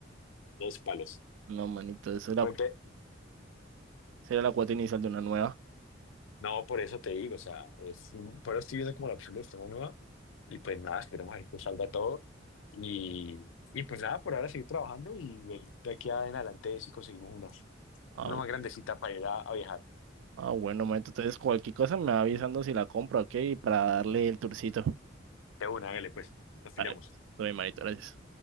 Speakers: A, on the left; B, on the right.
A: dos palos.
B: No, manito, eso era,
A: Me pe-
B: será la cuota inicial de una nueva.
A: No, por eso te digo, o sea, es, pero estoy viendo como la opción de esta nueva y pues nada, esperemos a ver que salga todo y, y pues nada, por ahora seguir trabajando y de aquí en adelante sí conseguimos una,
B: Ah,
A: una
B: bu-
A: más grandecita para ir a, a viajar.
B: ah, bueno, manito, entonces cualquier cosa me va avisando si la compro, ¿ok? Para darle el tourcito.
A: De una, hágale pues, nos pillamos.
B: Vale, todo bien, manito, gracias.